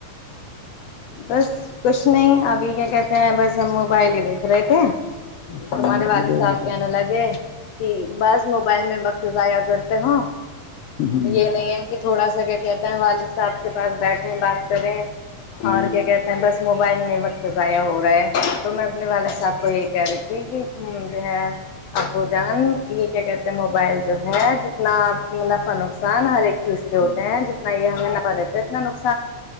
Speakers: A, on the left; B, on the left.
A: بس کچھ نہیں ابھی کیا کہتے ہیں بس ہم موبائل ہی دیکھ رہے تھے
B: اچھا
A: تمہارے
B: موبائل
A: والد
B: دیکھ
A: صاحب
B: رہے
A: کہنے
B: تھے
A: لگے کہ بس موبائل میں وقت ضائع کرتے ہو
B: ہوں،
A: یہ نہیں ہے کہ تھوڑا سا جا کہتے ہیں والد صاحب کے پاس بیٹھے ہیں بات کریں
B: جی
A: اور کیا کہتے ہیں بس موبائل میں وقت ضائع ہو رہا ہے تو میں اپنے والد صاحب کو یہ کہہ رہی تھی کہ م ہے ابو جان یہ کیا کہتے ہیں موبائل جو ہے جتنا نقصان ہر ایک چیز کے
B: جی
A: ہوتے ہیں جتنا یہ ہمیں پر اتنا نقصان